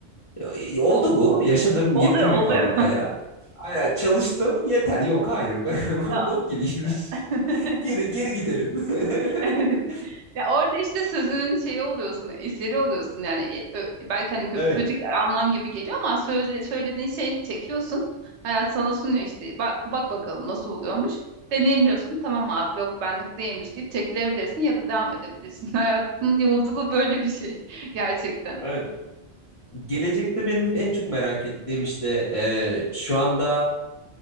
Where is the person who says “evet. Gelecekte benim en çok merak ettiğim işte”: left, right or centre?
Left